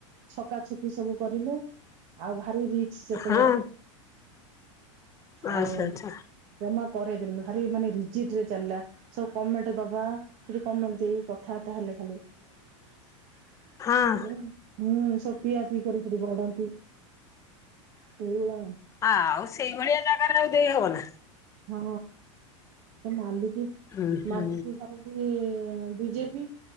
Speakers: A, on the right; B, on the left.
A: ଛକା ଛକି ସବୁ କରିଲେ। ଆଉ ଭାରି ରିକ୍ସୀ ସେତେବେଳେ
B: ହଁ ଆଚ୍ଛା
A: ଆଉ।
B: ଆଚ୍ଛା।
A: ଜମା କରେଇ ଦେଲେନି ଭାରି ମାନେ ରିଜିଟ୍ ରେ ଚାଲିଲା। ସବୁ କମେଣ୍ଟ ଦବା ଏଠି କମେଣ୍ଟ ଦେଇ କଥାବାର୍ତ୍ତା ହେଲେ ଖାଲି। <unintelligible>
B: ହଁ
A: ହୁଁ ସବୁ ପିଆ ପିଇ କରିକି ଗଡନ୍ତି ସେଇଭଳିଆ।
B: ଆଉ ସେଇଭଳିଆ ଜାଗାରେ ଆଉ ଦେଇ ହବ ନା।
A: ହଁ ତ ମାଲିକି
B: ହୁଁ ହୁଁ
A: ମାଲିକି ଘର ବିଜେପି